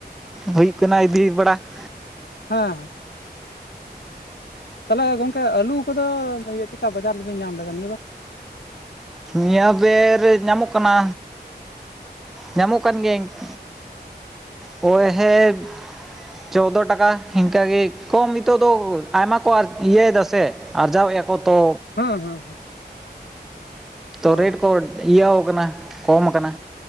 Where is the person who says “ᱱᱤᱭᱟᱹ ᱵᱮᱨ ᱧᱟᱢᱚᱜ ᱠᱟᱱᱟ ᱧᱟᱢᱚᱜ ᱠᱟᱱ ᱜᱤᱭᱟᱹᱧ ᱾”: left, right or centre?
Centre